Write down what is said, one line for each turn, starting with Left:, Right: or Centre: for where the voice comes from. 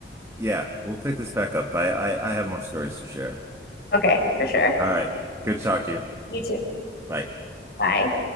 Right: yeah, we'll pick this back up. I, I I have more stories to share.
Left: okay, for sure.
Right: All right. Good to talk to you.
Left: You too.
Right: Bye.
Left: Bye.